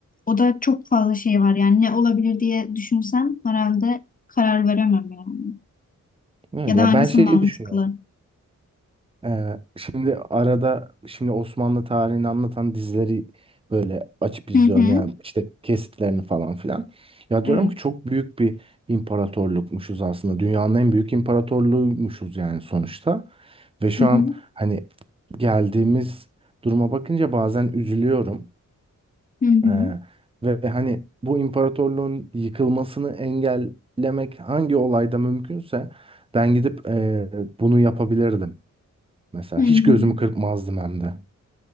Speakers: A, on the left; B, on the right.
A: o da çok fazla şey var yani ne olabilir diye düşünsem herhalde karar veremem yani.
B: evet,
A: Ya da
B: ya
A: hangisi
B: ben şeyi
A: mantıklı?
B: düşünüyorum. Ee, şimdi arada şimdi Osmanlı tarihini anlatan dizileri böyle açıp izliyorum
A: Hı hı.
B: yani işte kesitlerini falan filan. Ya
A: Evet.
B: diyorum ki çok büyük bir imparatorlukmuşuz aslında. Dünyanın en büyük imparatorluğuymuşuz yani sonuçta. Ve şu
A: Hı hı.
B: an hani geldiğimiz duruma bakınca bazen üzülüyorum.
A: Hı hı.
B: Ee, ve hani bu imparatorluğun yıkılmasını engellemek hangi olayda mümkünse ben gidip e, bunu yapabilirdim. Mesela
A: Hı
B: hiç
A: hı.
B: gözümü kırpmazdım hem de.